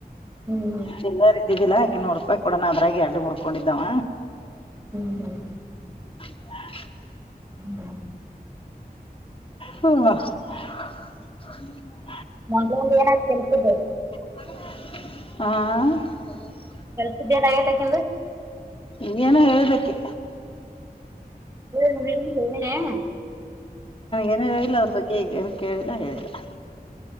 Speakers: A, on the right; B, on the left.
A: ಹ್ಮ್ ಹ್ಮ್
B: ಚಿಲ್ಲಾರ ಇದ್ದಿದ್ದಿಲ್ಲಾ ಅಕಿ ನೂರು ರೂಪಾಯಿ ಕೊಡೋಣ ಅದ್ರಾಗಿ ಯಾಡು ಮುರ್ಕೊಂಡಿದ್ದಾವ
A: ಹ್ಮ್ ಹ್ಮ್ ಹ್ಮ್
B: ಹ <inaudible>
A: ಹ್ಮ್
B: ಹ್ಮ ಹಾ <unintelligible>
A: ಮೊನ್ಗೊಂದ್ ಏನಾಯ್ತು ಕೆಲ್ಸದ್ದು
B: ಹ <unintelligible>
A: ಕಲ್ಸಿದ್ದೇನ ಯಾಟ್ಕಿಂದ
B: ನೀ ಏನು ಹೇಳಿದಲ ಅಕಿ
A: ಏ ಹೇಳ ಹೇಳ <inaudible>
B: ಏನ ಹೇಳಿದಲ್ಲ ಅದ್ರ ಬಗ್ಗೆ ಏನ ಕೇಳಿಲ್ಲ ಹೇಳಿಲ್ಲ